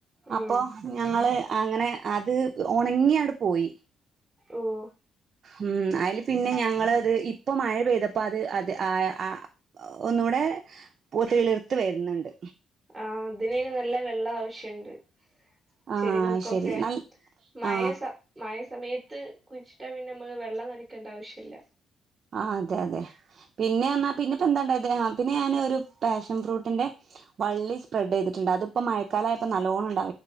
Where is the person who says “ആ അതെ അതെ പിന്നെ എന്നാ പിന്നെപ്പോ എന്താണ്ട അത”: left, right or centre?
Right